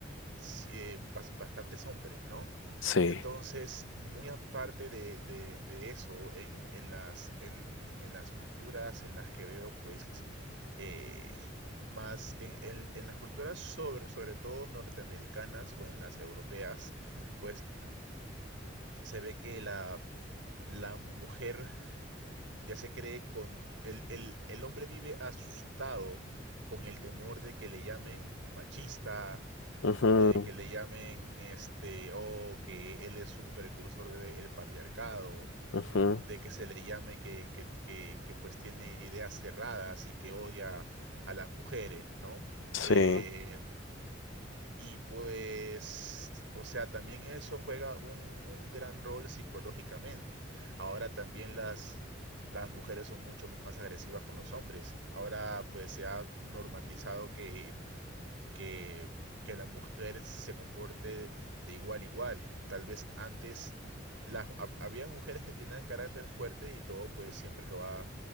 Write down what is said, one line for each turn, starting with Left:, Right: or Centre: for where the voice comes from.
Right: si- eh, bas- bastantes hombres, ¿no?
Left: sí.
Right: Entonces, muy aparte de, de- de eso, en, en las, en, en las culturas en las que veo, pues, eh, más, en, en- en las culturas sobre, sobre todo norteamericanas o en las europeas, pues se ve que la, la mujer ya se cree con... El, el, el hombre vive asustado con el temor de que le llamen machista,
Left: Ujú,
Right: de que le llamen este, o que él es un precursor del patriarcado,
Left: ujú,
Right: de que se le llame que, que, que, que, pues tiene ideas cerradas y que odia a las mujeres, ¿no?
Left: Sí,
Right: Eh, y pues, o sea, también eso juega un, un gran rol psicológicamente. Ahora también las, las mujeres son mucho más agresivas con los hombres. Ahora pues se ha normalizado que que, que la mujer se comporte de igual a igual. Tal vez antes las, hab- había mujeres que tenían carácter fuerte y todo, pues siempre lo ha,